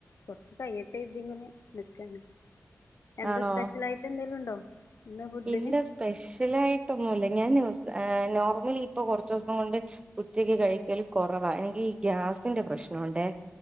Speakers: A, on the left (about 65°); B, on the right (about 20°).
A: കൊറച്ച് കൈയട്ടെ ഇതിങ്ങനെ നിക്കാണ് എന്താ
B: ആണോ
A: സ്പെഷ്യലായിട്ട് എന്തെങ്കിലും ഉണ്ടോ ഇന്ന് ഫുഡിന്
B: ഇല്ല സ്പെഷ്യലായിട്ടൊന്നുമല്ല ഞാൻ സ് അഹ് നോർമലി ഇപ്പൊ കുറച്ച ദിവസം കൊണ്ട് ഉച്ചക്ക് കഴിക്കൽ കൊറവാ എനിക്ക് ഈ ഗ്യാസിന്റെ പ്രശ്നുണ്ടെ